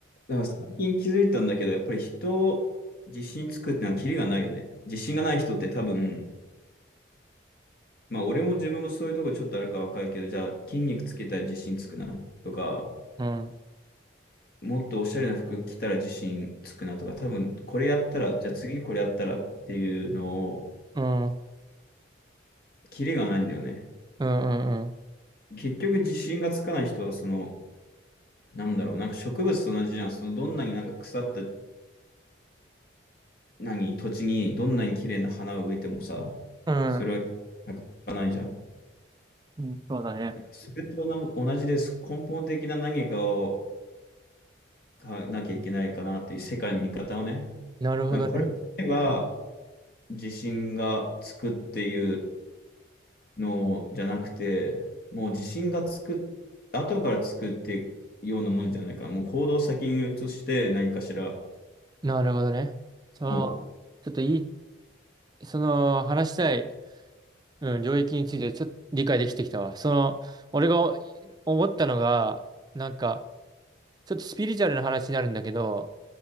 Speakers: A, on the left; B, on the right.
A: だから最近気づいたんだけど、やっぱり人を自信つくってのはキリがないよね。自信がない人って多分、まあ俺も自分もそういうとこちょっとあるか若いけど、じゃあ筋肉つけたら自信つくなとか、
B: うん、
A: もっとおしゃれな服着たら自信つくなとか、多分これやったら、じゃあ次これやったらっていうのを、
B: うん、うん、
A: キリがないんだよね。
B: うん、うん、
A: 結局自信がつかない人はそのなんだろう、なんか植物と同じじゃん。そのどんなになんか腐った何土地にどんなに綺麗な花を植えてもさ、
B: うん
A: それは咲かないじゃん。
B: うんそうだね。
A: なんかそれとな同じです。根本的な何かをかなきゃいけないかなっていう世界の見方をね。
B: なるほどね。
A: なんかこれを言えば地震がつくっていうのじゃなくて、もう地震がつく、後からつくっていうようなもんじゃないかな。もう行動を先に移して何かしら、
B: なるほどね。その、
A: も
B: ちょっといい、その話したいうん、領域についてちょっと理解できてきたわ。その、俺が思ったのが、なんか、ちょっとスピリチュアルな話になるんだけど、